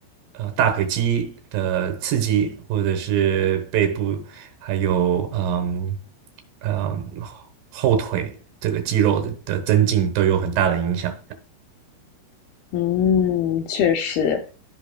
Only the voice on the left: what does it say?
嗯，确实，